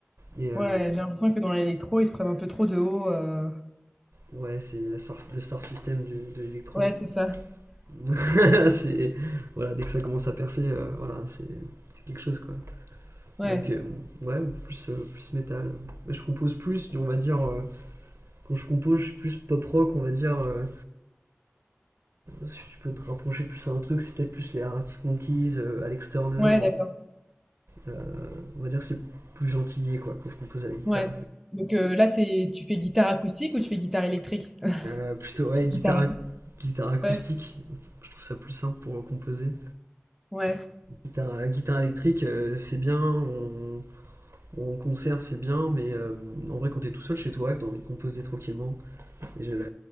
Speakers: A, on the right; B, in the centre.
A: Et euh,
B: Ouais, j'ai l'impression que dans l'électro, ils se prennent un peu trop de haut. euh.
A: ouais, c'est le star system du- de l'électro.
B: Ouais, c'est ça.
A: <laughs> c'est voilà, dès que ça commence à percer, euh, voilà, c'est c'est quelque chose quoi.
B: Ouais.
A: Donc euh, ouais, plus euh, plus métal. je compose plus, on va dire. euh, quand je compose, je suis plus pop rock, on va dire. euh, si tu peux te rapprocher plus à un truc, c'est peut-être plus les Arctic Monkeys, euh, Alex Turner.
B: Ouais, d'accord.
A: euh, euh, on va dire c'est plus gentillier quoi quand je compose à la guitare.
B: Ouais. Donc euh, là, c'est tu fais guitare acoustique ou tu fais guitare électrique?
A: Euh, plutôt
B: <laughs>
A: ouais guitare,
B: Guitare acoustique.
A: guitare acoustique.
B: Ouais.
A: Je trouve ça plus simple pour composer.
B: Ouais.
A: Guitare, euh, guitare électrique, euh, c'est bien. On... En concert, c'est bien, mais euh, en vrai, quand t'es tout seul chez toi, que t'as envie de composer tranquillement, et je, euh,